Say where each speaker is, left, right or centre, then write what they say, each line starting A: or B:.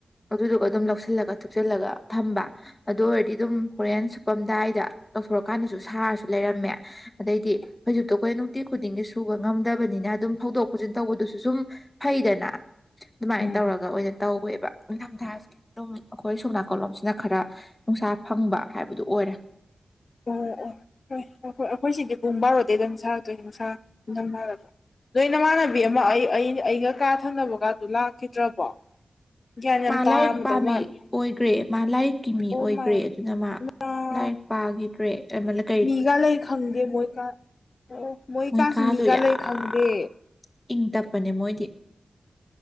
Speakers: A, on the left (about 20°); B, on the left (about 55°).
A: ꯑꯗꯨꯗꯨꯒ ꯑꯗꯨꯝ ꯂꯧꯁꯤꯜꯂꯒ ꯊꯨꯞꯆꯜꯂꯒ ꯊꯝꯕ ꯑꯗꯨ ꯑꯣꯏꯔꯗꯤ ꯑꯗꯨꯝ ꯍꯣꯔꯦꯟ ꯁꯨꯞꯄꯝꯗꯥꯏꯗ ꯂꯧꯊꯣꯔꯀꯥꯟꯗꯁꯨ ꯁꯥꯔꯁꯨ ꯂꯩꯔꯝꯃꯦ ꯑꯗꯩꯗꯤ ꯐꯩꯖꯨꯞꯇꯣ ꯑꯩꯈꯣꯏ ꯅꯨꯡꯇꯤ ꯈꯨꯗꯤꯡꯒꯤ ꯁꯨꯕ ꯉꯝꯗꯕꯅꯤꯅ ꯑꯗꯨꯝ ꯐꯧꯗꯣꯛ ꯐꯥꯎꯖꯤꯟ ꯇꯧꯕꯗꯨꯁꯨ ꯁꯨꯝ ꯐꯩꯗꯅ ꯗꯨꯃꯥꯏꯅ
B: ꯎꯝ
A: ꯇꯧꯔꯒ ꯑꯣꯏꯅ ꯇꯧꯋꯦꯕ ꯅꯤꯡꯊꯝꯊꯥꯥꯁꯤꯗꯤ ꯑꯗꯨꯝ ꯑꯩꯈꯣꯏ ꯁꯣꯝ ꯅꯥꯀꯜꯂꯣꯝꯁꯤꯅ ꯈꯔ ꯅꯨꯡꯁꯥ ꯐꯪꯕ ꯍꯥꯏꯕꯗꯨ ꯑꯣꯏꯔꯦ
B: ꯑꯣ ꯑꯣ ꯍꯣꯏ ꯑꯩꯈꯣꯏ ꯑꯈꯣꯢ ꯁꯤꯗꯤ ꯄꯨꯡ ꯕꯥꯔꯣꯗꯤ ꯑꯗꯨꯝ ꯁꯥꯗꯣꯢꯅꯤ ꯅꯨꯡꯁꯥ ꯢꯪꯊꯝꯊꯥ ꯅꯣꯏ ꯅꯃꯥꯟꯅꯕꯤ ꯑꯃ ꯑꯩ ꯑꯩ ꯑꯩꯒ ꯀꯥ ꯊꯪꯅꯕ ꯒꯥꯗꯨ ꯂꯥꯛꯈꯤꯗ꯭ꯔꯕꯣ ꯒ꯭ꯌꯥꯟ ꯌꯥꯝ
A: ꯃꯥ
B: ꯇꯥꯔꯝꯃꯗꯧ
A: ꯂꯥꯏꯔꯤꯛ ꯄꯥꯕꯤ
B: ꯃꯥꯜꯂꯦ
A: ꯑꯣꯏꯈ꯭ꯔꯦ ꯃꯥ ꯂꯥꯏꯔꯤꯛꯀꯤ ꯃꯤ
B: ꯑꯣ
A: ꯑꯣꯏꯈ꯭ꯔꯦ
B: ꯃꯥꯏ
A: ꯑꯗꯨꯅ ꯃꯥ
B: ꯒꯣꯗ
A: ꯂꯥꯏꯛ <unintelligible>
B: ꯃꯤꯒ ꯂꯩ ꯈꯪꯗꯦ ꯃꯣꯏꯀꯥ ꯑꯣ ꯃꯣꯏꯀꯥꯁꯦ
A: ꯃꯣꯏ ꯀꯥꯗꯣ
B: ꯃꯤꯒ
A: ꯌꯥꯝ
B: ꯂꯩ ꯈꯪꯗꯦ
A: ꯏꯪ ꯇꯞꯄꯅꯦ ꯃꯣꯏꯗꯤ